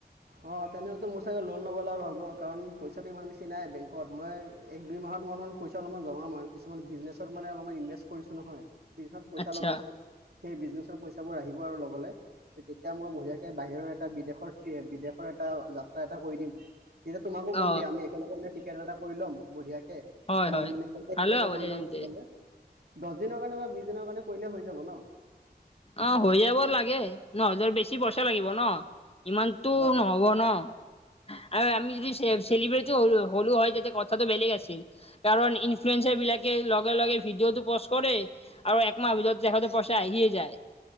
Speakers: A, on the right; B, on the left.
A: অ, তেনেহ'লেতো মোৰ চাগে লোন ল'ব লগা হ'ব কাৰণ পইচাটো ইমান বেছি নাই বেংকত মই এক, দুই মাহত মই অলমান পইচা অলমান জমাম আৰ কিছুমান বিজনেছত মানে অলমান ইনভেষ্ট কৰিছো নহয়। বি <unintelligible> পইচা
B: আচ্ছা
A: লগাইছোঁ। সেই বিজনেচৰ পইচা বোৰ আহিব আৰু লগলে হে তেতিয়া মই বঢ়িয়াকে বাহিৰৰ এটা বিদেশৰ ট্ৰী বিদেশৰ এটা যাত্ৰা এটা কৰি দিম তেতিয়া তোমাকো কম
B: অ
A: দিয়া আমি একেলগেে টিকেট এটা কৰি ল'ম বঢ়িয়াকে
B: হয়
A: আমি
B: হয়।
A: মানে পেকেজ
B: ভালে
A: হিচাপে
B: হ'ব
A: কৰি
B: দে তেন্তে
A: ল'ম একেলগে। দছ দিনৰ কাৰণে বা বিছ দিনৰ কাৰণে কৰিলে হৈ যাব ন'?
B: অ, হৈ যাব লাগে ন'বেছি পছাঁ লাগিব ন'? ইমানতো
A: অঁ
B: নহ'ব ন' আৰু আমি যদি চেব চেলিব্ৰট <unintelligible> হলোঁ হয় তেতিয়া কথাটো বেলেগ আছিল। কাৰণ ইনফ্লুৱয়েন্ঞ্চাৰ বিলাকে লগে-লগে ভিডিঅটো পচ কৰে আৰু একমাহৰ ভিতৰত যেখতে পইচা আহিয়ে যায়।